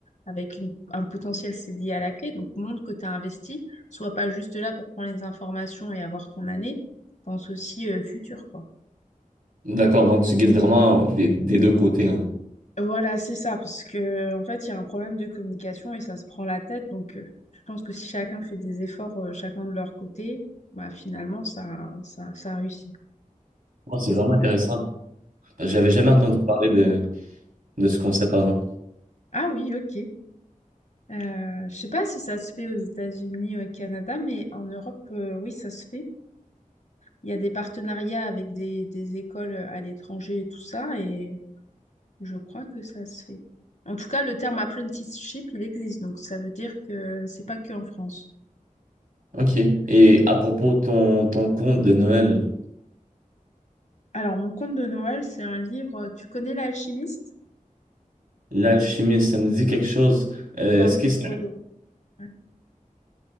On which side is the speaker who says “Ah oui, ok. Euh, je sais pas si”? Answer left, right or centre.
Left